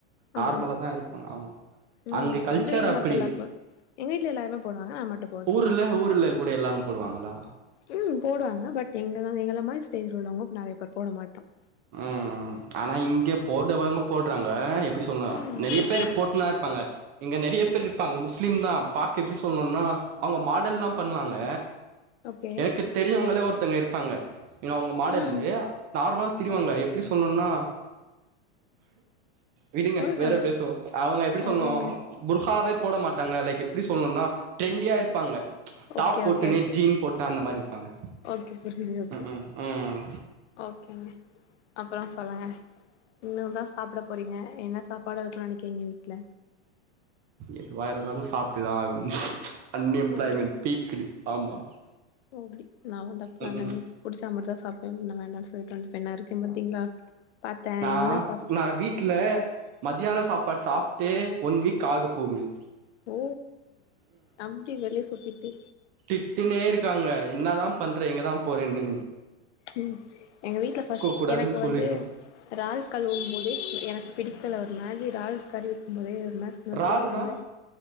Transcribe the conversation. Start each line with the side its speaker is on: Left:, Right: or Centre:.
Right: நார்மலா
Left: ஆமா ஆமா
Right: தா இருப்பாங்க ஆமா
Left: ம்
Right: அங்க கல்ச்சர்
Left: எங்க வீட்ல
Right: அப்டி
Left: மத்த எல்லாரு போ எங்க வீட்ல எல்லாருமே போடுவாங்க நா மட்டு போடுறது
Right: ஊர்ல
Left: இல்ல
Right: ஊர்ல கூட எல்லா போடுவாங்களா
Left: ம் போடுவாங்க பட் எங்கள எங்கள மாரி ஸ்டேஜ்ல்ல உள்ளவங்க நெறைய பேர் போட மாட்டோம்
Right: ம் ஆனா இங்க போடவங்க போடுறாங்க எப்டி சொல்னு
Left: ம்
Right: நெறைய பேரு போட்டுனா இருப்பாங்க இங்க நெறைய பேர் இருப்பாங்க முஸ்லீம் தான் பாக்க எப்டி சொல்ணும்னா அவுங்க மாடல் எல்லா பண்ணுவாங்க
Left: ஓகே
Right: எனக்கு தெரியவங்களே ஒருத்தங்க இருப்பாங்க எங்க அவுங்க மாடல்லு
Left: ம்
Right: நார்மல் திரிவாங்க எப்டி சொல்ணும்னா விடுங்க
Left: சொல்லுங்க
Right: வேற பேசும் அவுங்க எப்டி
Left: ஓகேங்க
Right: சொல்னும் புர்ஹாவே போட மாட்டாங்க லைக் எப்டி சொல்லணும்னா ட்ரெண்டியா இருப்பாங்க
Left: ஓகே
Right: டாப் போட்டுனே
Left: ஓகே ஓகே
Right: ஜீன் போட்டு அந்த மாரி இருப்பாங்க
Left: ஓகே புரிஞ்சுது ஓகே
Right: உம் உம் ம்
Left: ஓகேங்க அப்புறொ சொல்லுங்க இன்னும்தான் சாப்ட போறீங்க என்ன சாப்பாடா இருக்கு நெனைக்கிறீங்க வீட்ல
Right: எதுவா இருந்தாலும் சாப்ட்டுதான் ஆகணும் அன்எம்ப்ளாய்மெண்ட்
Left: ஓ அப்டி
Right: பீக்டு ஆமா
Left: ஓ அப்டி நா வந்து அப்டிலா
Right: ம்ஹூம்
Left: இல்லங்க புடிச்சா மட்டும்தா சாப்டுவேன் இல்லன்ன வேண்டாம்னு சொல்லிட்டு வந்துப்பே நா இருக்கே பாத்தீங்ளா பாத்தே
Right: நா
Left: என்ன சாப்
Right: நா வீட்ல மத்தியானொ சாப்பாடு சாப்டே ஒன் வீக் ஆக போகுது
Left: ஓ அப்டி வெளிய சுத்திட்டு
Right: திட்டினே இருக்காங்க என்ன தா பண்றே எங்கதான் போறேன்னு
Left: ம் எங்க வீட்ல ஃபஸ்
Right: கூடாதுன்னு
Left: எனக்கு
Right: சொல்லிடுவே
Left: வந்து றால் கழுவும் போதே எனக்கு பிடிக்க்ல ஒரு மாரி றால் கறி வைக்கும்போதே ஒரு மாரி ஸ் மெல்
Right: இறால்னா
Left: பிடிக்காம